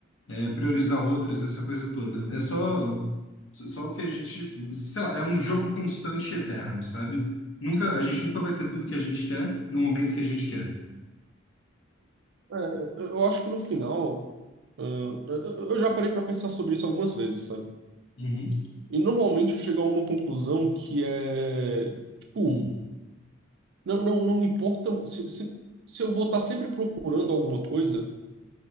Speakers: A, on the left; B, on the right.
A: é, priorizar outras, essa coisa toda. É só só o que a gente, sei lá, é um jogo constante e eterno, sabe? Nunca, a gente nunca vai ter tudo que a gente quer no momento que a gente quer.
B: É, eu acho que no final. Ah, eu já parei para pensar sobre isso algumas vezes, sabe?
A: Uhum.
B: E normalmente eu chego a uma conclusão que é, tipo,
A: Uhum.
B: não, não, não importa se, se, se eu vou estar sempre procurando alguma coisa,